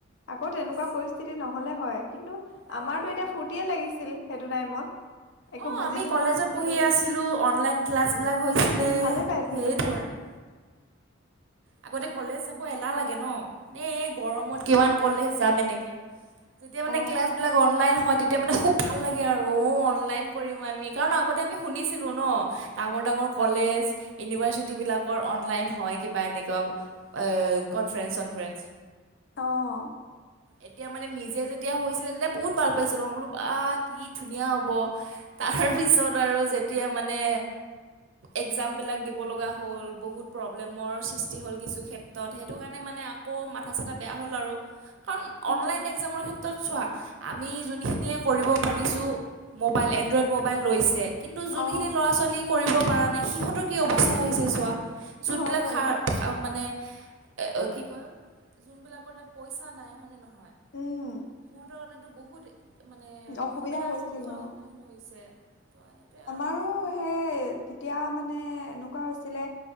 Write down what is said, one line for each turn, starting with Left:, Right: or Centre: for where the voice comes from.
Left: আকৌ তেনেকুৱা
Right: সঁচা
Left: পৰিস্থিতি নহলে হয়। কিন্তু
Right: নালাগে
Left: আমাৰটো এতিয়া ফূৰ্তিয়ে লাগিছিল সেইটো টাইমত। একো
Right: অ',
Left: বুজিতো
Right: আমি কলেজত
Left: পোৱা নাছিলো
Right: পঢ়ি আছিলোঁ, অনলাইন ক্লাছবিলাক হৈছিলে
Left: উম ভালে পাইছিলো
Right: সেইটো কাৰণে। আগতে কলেজ যাব এলাহ লাগে ন, এ-এ গৰমত কিমান কলেজ যাম এনেকে। যেতিয়া মানে
Left: অ
Right: ক্লাছ বিলাক অনলাইন হয় তেত তেতিয়া মানে খুব ভাল লাগে আৰু অ' অনলাইন কৰিম আমি, কাৰণ আগতে আমি শুনিছিলোঁ ন, ডাঙৰ-ডাঙৰ কলেজ, ইউনিভাৰ্চিটিবিলাকৰ অনলাইন হয় কিবা এনেক <unintelligible> এ কনফ্ৰেঞ্চ চনফ্ৰেঞ্চ
Left: অ',
Right: এতিয়া মানে নিজে যেতিয়া হৈছিলে তেতিয়া বহুত ভাল পাইছিলোঁ, মই বোলোঁ বা কি ধুনীয়া হ'ব তাৰপিছত আৰু যেতিয়া মানে এক্সামবিলাক দিব লগা হ'ল, বহুত প্ৰব্লেমৰ সৃষ্টি হ'ল কিছু ক্ষেত্ৰত সেইটো কাৰণে মানে আকৌ মাথা চাথা বেয়া হ'ল আৰু, কাৰণ
Left: সেইটোৱে
Right: অনলাইন এক্সামৰ ক্ষেত্ৰত চোৱা আমি যোনখিনিয়ে কৰিব পাৰিছোঁ, মোবাইল এনড্ৰইড মোবাইল লৈছে। কিন্তু যোনখিনি
Left: অ
Right: ল'ৰা ছোৱালী কৰিব পৰা নাই সিহঁতৰ কি অৱস্থা হৈছে চোৱা।
Left: সেইটো
Right: যোনবিলাক
Left: হয় বাৰু
Right: খা-খাৱ মানে <unintelligible> কি কয় যোনবিলাকৰ তাত পইচা নাইহনে নহয়
Left: উম
Right: সিহঁতৰ কাৰণে। টো বহুত মানে
Left: অসুবিধা
Right: অসুবিধাৰ
Left: হৈছিল
Right: সন্মুখৰ সন্মুখীন
Left: অ
Right: হৈছে। তো সেইটোৱে
Left: আমাৰো
Right: আৰু
Left: সেই তেতিয়া মানে, তেনেকুৱা হৈছিলে